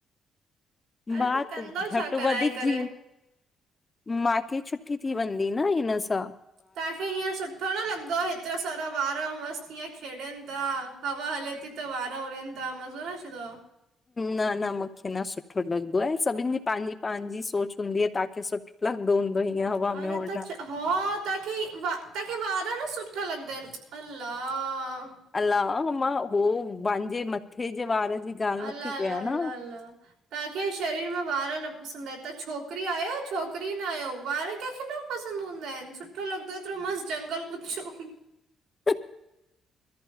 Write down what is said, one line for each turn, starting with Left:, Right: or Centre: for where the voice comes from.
Right: अरे
Left: मां त
Right: कंदो
Left: घटि
Right: छा कराए
Left: वधीक
Right: करे?
Left: जी मांखे छुटी थी वेंदी न हिनसां
Right: तव्हांखे हीअं सुठो न लॻंदो आ एतिरा सारा वार मस्तु हीअं खेॾनि था, हवा हले थी त वार उड़नि था मज़ो न अचे तो।
Left: न न मूंखे न सुठो लॻंदो आहे सभिनि जी पंहिंजी पंहिंजी सोच हूंदी आहे तव्हांखे सुठ लॻंदोहुंदो ईं हवा
Right: अरे
Left: में उॾण
Right: त च हा तव्हांखे, तव्हांखे वार न सुठा लॻंदा आहिनि अलाह
Left: अलाह होह मां पंहिंजे मथे जे वार जी ॻाल्हि
Right: अला
Left: नथी
Right: अला
Left: कयां
Right: अला
Left: न
Right: अला तव्हांखे शरीर में वार न पसंद आऐ तव्हां छोकिरी आहियो छोकिरी न आहियो वार कंखे न पसंद हूंदा आहिनि सुठो लॻंदो आ एतिरो मस्त जंगल गुचछो
Left: <inaudible>